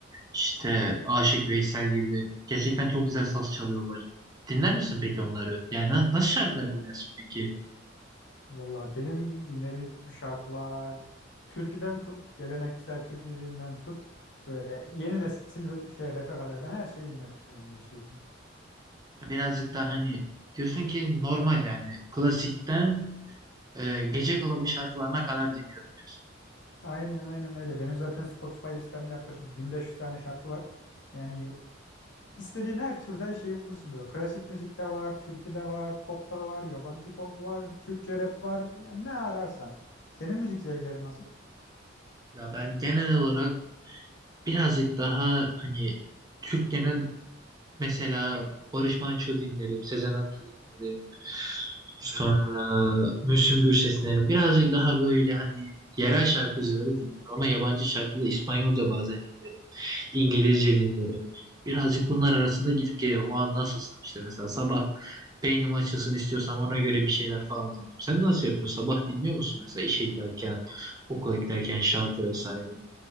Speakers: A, on the right; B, on the left.
A: işte Aşık Veysel gibi. Gerçekten çok güzel saz çalıyorlar. Dinler misin peki onları? Yani na- nasıl şarkılar dinlersin peki?
B: Valla benim dinlediğim şarkılar türküden tut, geleneksel Türk müziğinden tut böyle yeni nesil şey rap'e kadar ben her şeyi dinlerim gerçekten.
A: Ha, Birazcık daha hani diyorsun ki normal yani klasikten e, gece kulübü şarkılarına kadar dinliyorum diyorsun.
B: Aynen aynen öyle. Benim zaten Spotify listemde yaklaşık 1500 tane şarkı var. Yani istediğin her türden şeyi bulursun böyle. Klasik müzik de var, türkü de var, pop da var, yabancı pop var, Türkçe rap var. Yani ne ararsan. Senin müzik zevklerin nasıl?
A: Ya ben genel olarak birazcık daha hani Türk genel Mesela Barış Manço dinlerim, Sezen Aksu dinlerim. Sonra
B: Oo.
A: Müslüm Gürses dinlerim. Birazcık daha böyle hani yerel şarkıcıları dinlerim ama yabancı şarkı da İspanyolca bazen dinlerim. İngilizce dinlerim. Birazcık bunlar arasında gidip geliyorum. O an nasılsam işte mesela sabah beynim açılsın istiyorsam ona göre bir şeyler falan dinliyorum. Sen nasıl yapıyorsun? Sabah dinliyor musun mesela işe giderken, okula giderken şarkı vesaire?